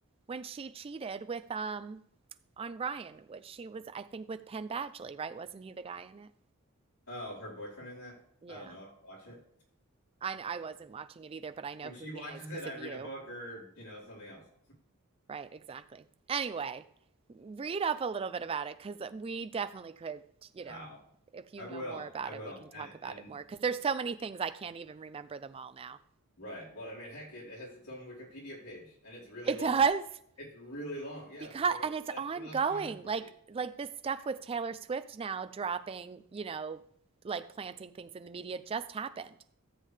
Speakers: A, on the right (about 25°); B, on the left (about 75°).
A: when she cheated with um on Ryan, which she was, I think, with Penn Badgley, right? Wasn't he the guy in it?
B: Oh, her boyfriend in that?
A: Yeah.
B: I don't know. I don't watch it.
A: I I wasn't watching it either, but I know
B: When
A: who
B: she watches
A: he is because
B: it, I
A: of
B: read
A: you.
B: a book or, you know, something else.
A: Right, exactly. Anyway, read up a little bit about it because we definitely could, you
B: How?
A: know, if you
B: I
A: know
B: will.
A: more about
B: I will.
A: it, we can talk
B: And
A: about
B: and
A: it more because there's so many things I can't even remember them all now.
B: right. Well, I mean, heck, it, it has its own Wikipedia page and it's really
A: It
B: long.
A: does?
B: It's really long. Yeah,
A: because
B: if you look up
A: and
B: it
A: it's
B: stands
A: ongoing
B: for thus controversy.
A: like like this stuff with Taylor Swift now dropping you know like planting things in the media just happened